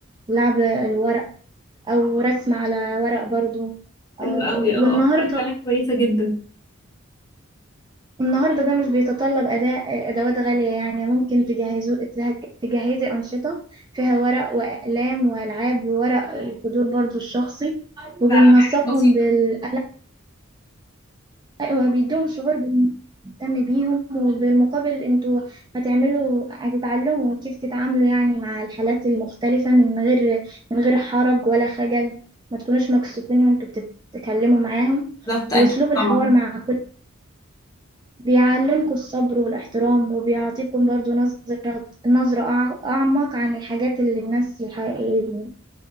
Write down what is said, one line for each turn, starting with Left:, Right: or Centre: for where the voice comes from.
Right: لعب الورق او رسم على ورق برضو آه،
Left: حلو قوي
Right: والنهاردة
Left: اه أفكار فعلا كويسة جدا
Right: النهارده ده مش بيتطلب أداء أدوات غالية يعني ممكن تجهزوا تجه- تجهزي أنشطة فيها ورق وأقلام وألعاب وورق القدور برضو الشخصي وبننسقهم
Left: فحاجات بسيطة
Right: بالقلم وبيديهم شعور بنهتم بيهم وبالمقابل انتوا هتعملوا هتتعلموا كيف تتعاملوا يعني مع الحالات المختلفة من غير من غير حرج ولا خجل ما تكونوش مكسوفين وانتوا بتتكلموا معاهم
Left: بالظبط
Right: وأسلوب
Left: أكيد
Right: الحوار
Left: طبعا
Right: مع كل بيعلمكم الصبر والاحترام وبيعطيكم برضو نظرة نظرة أع- أعمق عن الحاجات اللي الناس الحقيقية